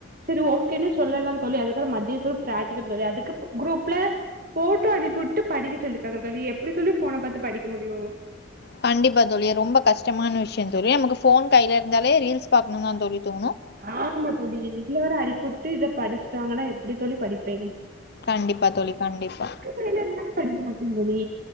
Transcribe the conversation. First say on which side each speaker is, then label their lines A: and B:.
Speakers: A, on the right; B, on the left.
A: செரி ஓகேன்னு சொல்லலா தோழி அதுக்கப்றோ மதியோ ப் ப்ராக்ட்டிக்கல் தோழி அதுக்கப்ப குரூப்ல ஃபோட்டோ அனிப்வுட்டு படிக்க சொல்லிர்க்காங்க எப்டி தோழி போன பாத்து படிக்க முடியு
B: கண்டிப்பா தோழி ரொம்ப கஷ்டமான விஷ்யோ தோழி நமக்கு ஃபோன் கைல இருந்தாலே ரீல்ஸ் பாக்கணுன் தா தோழி தோணு
A: ஆமா தோழி இதுல வேற அனிப்புட்டு இத படிச்சிட்டு வாங்கன்னா எப்டி தோழி படிப்பே
B: கண்டிப்பா தோழி கண்டிப்பா
A: புக்ல எல்லா இருந்தாலே படிக்க மாட்டே தோழி